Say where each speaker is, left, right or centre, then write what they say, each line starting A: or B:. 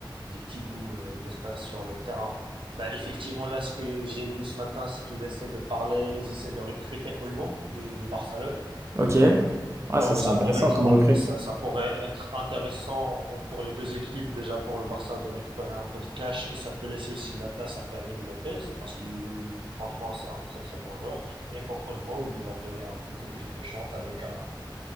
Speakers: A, on the right (about 80°); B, on the right (about 35°).
A: des petits bouts euh, d'espace sur le terrain. Bah, effectivement, là, ce que j'ai vu ce matin, c'est qu'ils essaient de parler, ils essaient de recruter Olmo de, de Barcelone.
B: Ok. Ouais,
A: Donc,
B: ça c'est
A: ça
B: intéressant
A: pourrait être,
B: comme
A: int-
B: recrue.
A: ça, ça pourrait être intéressant pour les deux équipes, déjà pour le Barça, de récupérer un peu de cash et ça peut laisser aussi de la place à Fermin Lopez parce qu'il, franchement, c'est un très, très bon joueur. Et pour Olmo, de leur donner un- beaucoup plus de chance avec un,